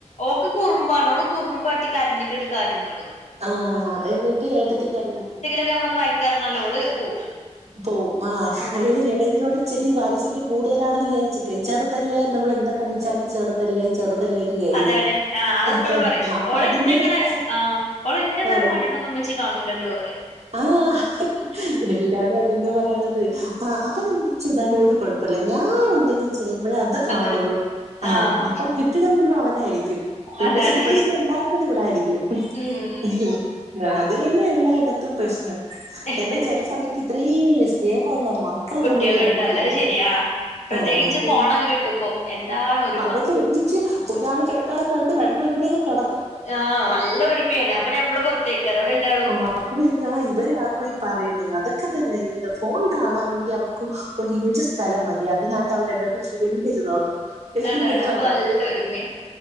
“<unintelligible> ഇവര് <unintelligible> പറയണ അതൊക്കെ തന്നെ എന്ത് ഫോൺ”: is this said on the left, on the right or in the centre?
Right